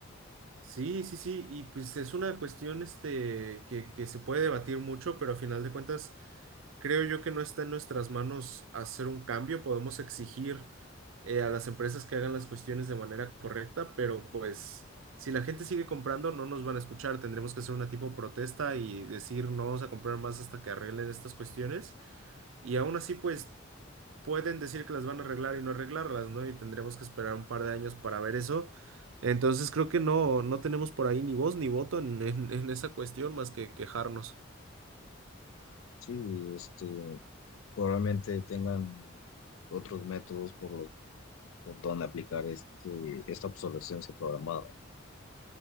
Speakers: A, on the right; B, on the left.
A: Sí, sí, sí, y pues es una cuestión este, que, que se puede debatir mucho, pero a final de cuentas creo yo que no está en nuestras manos hacer un cambio. Podemos exigir eh, a las empresas que hagan las cuestiones de manera correcta, pero pues si la gente sigue comprando no nos van a escuchar. Tendremos que hacer una tipo protesta y decir no vamos a comprar más hasta que arreglen estas cuestiones. Y aún así pues pueden decir que las van a arreglar y no arreglarlas, ¿no? Y tendremos que esperar un par de años para ver eso. Entonces creo que no, no tenemos por ahí ni voz ni voto en, en- en esa cuestión más que quejarnos.
B: Sí, este, probablemente tengan otros métodos por los, por donde aplicar este, esta obsolescencia programada.